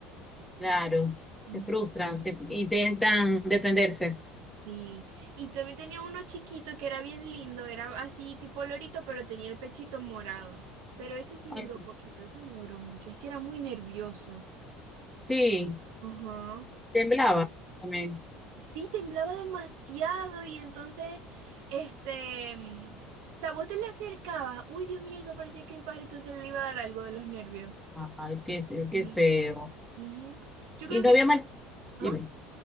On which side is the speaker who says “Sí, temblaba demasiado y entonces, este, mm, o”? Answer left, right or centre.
Right